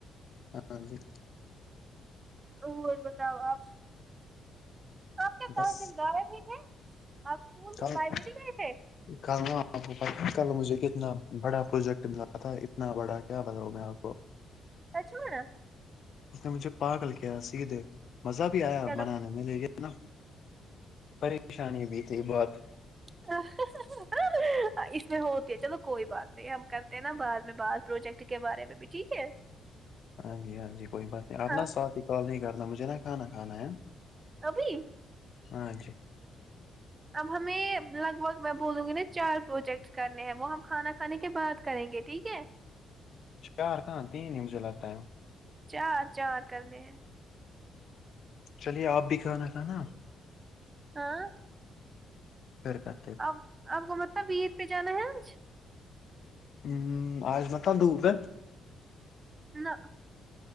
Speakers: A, on the left; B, on the right.
A: ہاں جی
B: اور بتاؤ آپ آپ کے کہاں
A: بس
B: دن غائب بھی تھے آپ اسکول
A: کہا
B: لائبریری
A: پہ
B: گئے تھے
A: کل آپ کو پتا ہے کل مجھے کتنا بڑا پروجیکٹ ملا تھا اتنا بڑا کیا بتاؤں میں آپ کو
B: سچ میں
A: اس نے مجھے پاگل کیا سیدھے مزہ بھی آیا
B: چلو
A: بنانے میں لیکن نا پریشانی بھی تھی بہت
B: ہا ہا۔ ہ ہ اس میں ہوتی ہے چلو کوئی بات نہیں ہم کرتے ہیں نا بعد میں بات پروجیکٹ کے بارے میں ابھی ٹھیک ہے
A: ہاں جی ہاں جی کوئی بات نہیں آپ
B: ہاں
A: نا ساتھ ہی کال نہیں کرنا مجھے نا کھانا کھانا ہے
B: ابھی
A: ہاں جی
B: اب ہمیں لگ بھگ میں بولوں گی نا چار پروجیکٹ کرنے ہیں وہ ہم کھانا کھانے کے بات کریں گے ٹھیک ہے
A: چار کہاں تین ہی مجھے لگتا ہے
B: چار چار کر نے ہیں
A: چلیے آپ بھی کھانا کھانا
B: ہاں
A: پھرکر
B: اب آپ کو مطلب ویر پہ جانا ہے آج
A: ہ آج مطلب دھوپ ہے
B: نہ